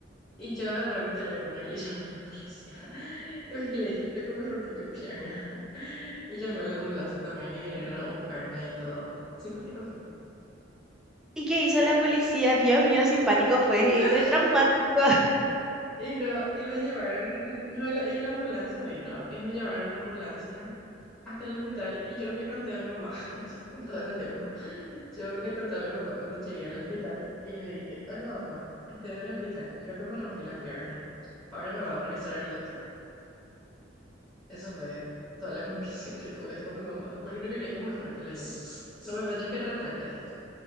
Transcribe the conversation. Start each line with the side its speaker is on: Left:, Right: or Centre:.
Left: Y yo agarré mi teléfono y le llamé a la policía. <laughs> Y le dije, creo que me rompí mi pierna. <laughs> Y llamé a la ambulancia también y vinieron a buscarme y todo. Simpático fue.
Centre: ¿Y qué hizo la policía? Dios mío, simpático fue,
Left: <laughs>
Centre: y retraumático.
Left: Y no, y me llevaron, en- no, la- y la ambulancia vino, y me llevaron en ambulancia hasta el hospital y yo no le conté a mi mamá <laughs> en todo ese tiempo. Yo le conté a mi mamá cuando llegué al hospital y le dije, hola mamá, estoy en el hospital, creo que me rompí la pierna, ahora me va a revisar el doctor. Eso fue toda la <laughs> conversación que tuve con mi mamá, porque no quería que me rete, le dije, no me vayas que retar, le dije,